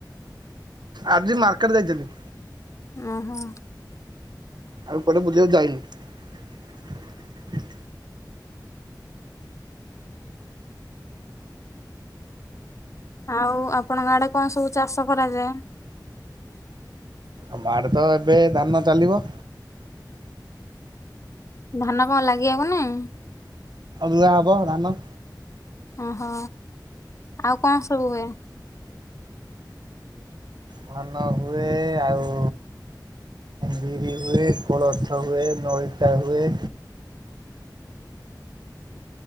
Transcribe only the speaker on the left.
ଉଁହୁଁ।
ଆଉ ଆପଣଙ୍କ ଆଡେ କଣ ସବୁ ଚାଷ କରାଯାଏ?
ଧାନ କଣ ଲାଗିବାକୁ ନାଇଁ?
ଓହୋ ଆଉ କଣ ସବୁ ହୁଏ?